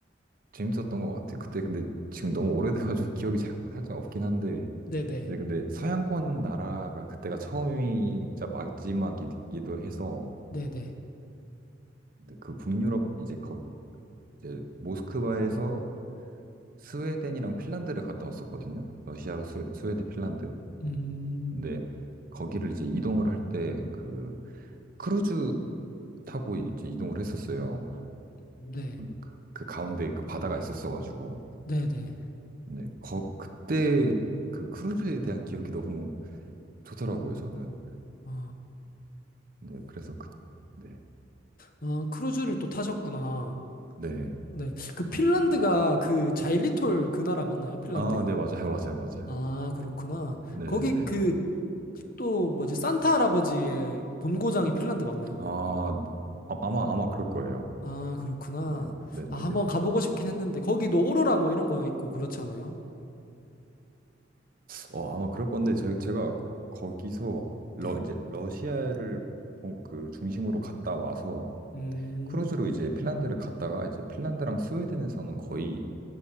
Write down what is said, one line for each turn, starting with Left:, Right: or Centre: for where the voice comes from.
Right: 재밌었던 것 같아. 그때 근데 지금 너무 오래돼가지고 <laughs> 기억이 잘- 살짝 없긴 한데.
Left: 네네.
Right: 이제 근데 서양권 나라가 그때가 처음이자 마지막이기도 해서
Left: 네네.
Right: 근데 그 북유럽 이제 거 이제 모스크바에서 스웨덴이랑 핀란드를 갔다 왔었거든요. 러시아, 스, 스웨덴, 핀란드.
Left: 음,
Right: 근데 거기를 이제 이동을 할 때 그 크루즈 타고 이제 이동을 했었어요.
Left: 네.
Right: 그, 그 그 가운데 그 바다가 있었어가지고.
Left: 네네.
Right: 근데 거, 그때 그 크루즈에 대한 기억이 너무 좋더라고요, 저는.
Left: 아,
Right: 네, 그래서 그, 네.
Left: 아, 크루즈를 또 타셨구나.
Right: 네.
Left: 네. 그 핀란드가 그 자일리톨 그 나라 맞나요? 핀란드?
Right: 아, 네, 맞아요, 맞아요, 맞아요.
Left: 아, 그렇구나.
Right: 네네네.
Left: 거기 그 또 뭐지? 산타 할아버지의 본고장이 핀란드 맞나요?
Right: 아, 아, 아마, 아마 그럴 거예요.
Left: 아, 그렇구나.
Right: 네, 네네네.
Left: 아, 한번 가보고 싶긴 했는데 거기도 오로라 뭐 이런 거 있고 그렇잖아요.
Right: 어, 아마 그럴 건데, 제, 제가 거, 기서 러,
Left: 네.
Right: 이제, 러시아를 본- 그 중심으로 갔다 와서,
Left: 음.
Right: 크루즈로 이제 핀란드를 갔다가, 이제 핀란드랑 스웨덴에서는 거의